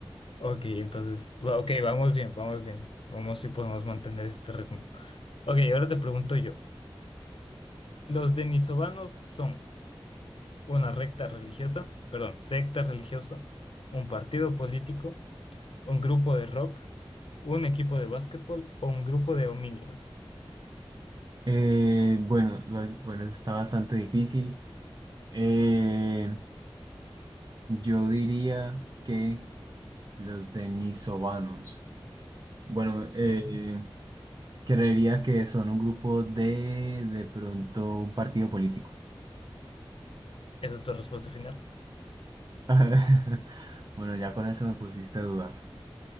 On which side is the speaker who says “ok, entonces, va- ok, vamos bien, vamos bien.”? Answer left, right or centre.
Left